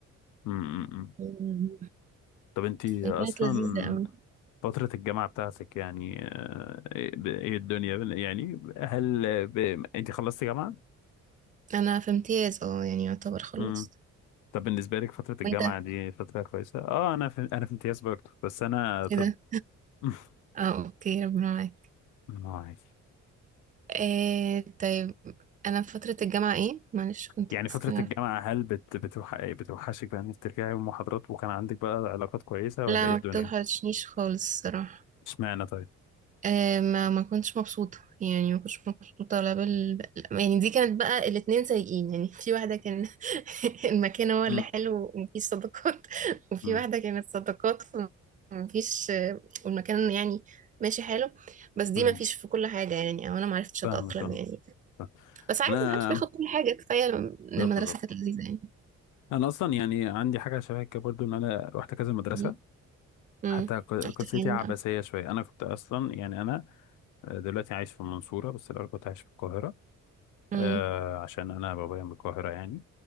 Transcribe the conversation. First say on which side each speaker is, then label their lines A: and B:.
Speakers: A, on the left; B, on the right.
A: مم. مم. مم.
B: يعني
A: طب انتي
B: كانت
A: اصلا
B: لذيذة أوي
A: فترة الجامعة بتاعتك يعني آه، ايه إيه الدنيا بال- يعني هل ب... انتي خلصتي جامعة؟
B: أنا في امتياز اه يعني يعتبر خلصت
A: مم. طب بالنسبة لك فترة الجامعة
B: وانت
A: دي فترة كويسة؟ اه انا في... انا في امتياز برضه بس انا طب
B: ايه ده؟
A: <laughs>
B: اه اوكي ربنا معاك
A: آه، عادي.
B: إيه طيب أنا في فترة الجامعة ايه؟ معلش كنت
A: يعني
B: بتسأل
A: فترة الجامعة
B: على-
A: هل بت بتوح... بتوحشك بقى انك ترجعي المحاضرات وكان عندك بقى علاقات كويسة
B: لا
A: ولا
B: ما
A: ايه الدنيا؟
B: بتوحشنيش خالص الصراحة
A: اشمعنى طيب؟
B: آه، ما ما كنتش مبسوطة يعني ما كنتش مبسوطة لا بال يعني دي كانت بقى الاتنين سيئين يعني في واحدة كان <laughs> المكان هو اللي
A: مم.
B: حلو ومفيش صداقات وفي
A: مم.
B: واحدة كانت صداقات ومفيش آه، والمكان يعني ماشي حلو بس دي
A: مم.
B: مفيش في كل حاجة يعني أو أنا معرفتش أتأقلم
A: فاهمك اه
B: يعني
A: فاهم.
B: بس عادي
A: انا
B: محدش بياخد كل حاجة كفاية الم- إن
A: بالظبط
B: المدرسة
A: بالظبط
B: كانت لذيذة يعني
A: انا اصلا يعني عندي حاجه شبه كده برضو ان انا رحت كذا مدرسه
B: م- م.
A: حتى ق-
B: رحت
A: قصتي
B: فين
A: عباسيه
B: بقى
A: شويه انا كنت اصلا يعني انا آه، دلوقتي عايش في المنصوره بس الاول كنت عايش في القاهره
B: م-
A: آه عشان انا بابايا من القاهره يعني